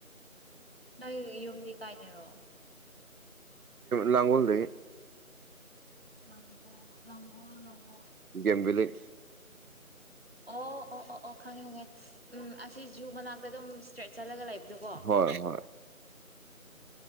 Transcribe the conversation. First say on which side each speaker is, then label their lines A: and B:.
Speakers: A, on the right; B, on the right.
A: ꯅꯪꯒꯤ ꯌꯨꯝꯗꯤ ꯀꯥꯏꯗꯔꯣ
B: ꯂꯥꯡꯒꯣꯜ ꯗꯩꯩ
A: ꯂꯥꯡꯒꯣꯜ ꯂꯥꯡꯒꯣꯜ ꯂꯥꯡꯒꯣꯜ
B: ꯒꯦꯝ ꯕꯤꯂꯦꯁ
A: ꯑꯣ ꯑꯣ ꯑꯣ ꯑꯣ ꯈꯪꯉꯦ ꯈꯪꯉꯦ ꯎꯝ ꯑꯁꯤ ꯖꯨ ꯃꯅꯥꯛꯇ ꯑꯗꯨꯝ ꯆꯠꯂꯒ ꯂꯩꯕꯗꯨꯀꯣ
B: ꯍꯣꯏ ꯍꯣꯏ